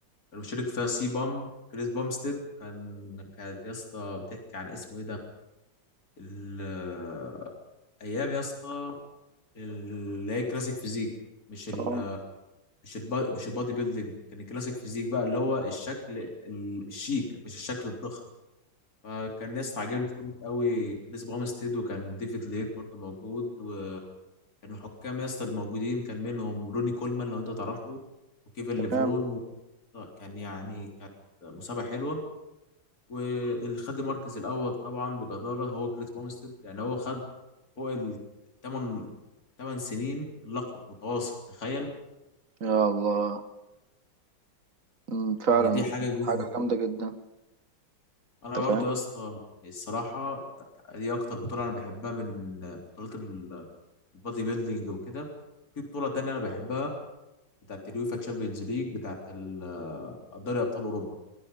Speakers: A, on the left; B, on the right.
A: كان مشارك فيها سي بام كريس بامستيد كان كانت يا اسطى بتحكي عن اسمه ايه ده ال- آه، ايام يا اسطى اللي هي كلاسيك فيزيك مش ال
B: اه
A: مش الب... مش البادي بيلدينج كان الكلاسيك فيزيك بقى اللي هو الشكل ال- الشيك مش الشكل الضخم فكان ناس عاجبني فورمة قوي كريس بامستيد وكان ديفيد ليت برضو موجود وكان الحكام يا اسطى الموجودين كان منهم روني كولمان لو انت تعرفه وكيفن
B: تمام
A: ليفرون و... كان يعني كانت مسابقة حلوة واللي خد المركز الأول طبعا بجدارة هو كريس بامستيد يعني هو خد فوق الثمان ثمان سنين اللقب متواصل تخيل
B: يا الله أمم، فعلا
A: يعني دي حاجة كبيرة
B: حاجة
A: جدا
B: جامدة جدا
A: أنا
B: انت
A: برضو
B: فاهم
A: يا اسطى الصراحة دي أكتر بطولة أنا بحبها من بطولات ال- البودي بيلدينج وكده في بطولة تانية أنا بحبها بتاعة اليوفا تشامبيونز ليج بتاعة ال- دوري أبطال أوروبا